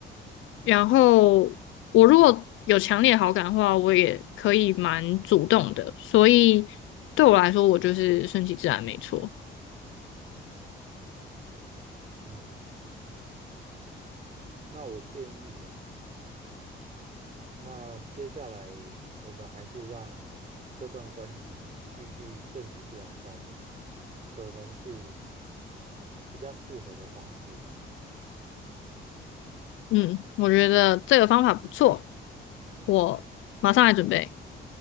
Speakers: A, on the left (about 80°); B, on the right (about 40°).
A: 然后我如果有强烈的好感的话，我也可以蛮主动的，所以对我来说，我就是顺其自然，没错。
B: 嗯嗯，那我建议啦。那接下来我们还是让这段关系继续顺其自然下去，可能是比较适合的方式吧。
A: 嗯，我觉得这个方法不错，
B: 嗯，
A: 我马上来准备。